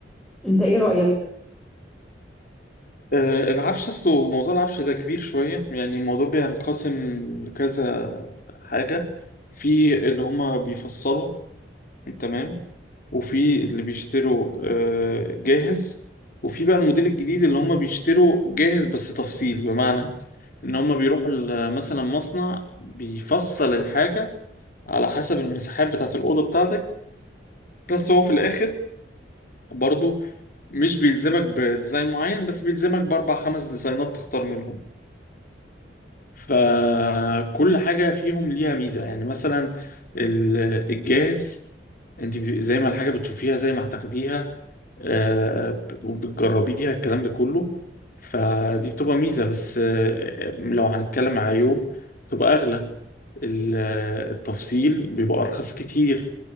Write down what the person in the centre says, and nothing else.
انت ايه رايك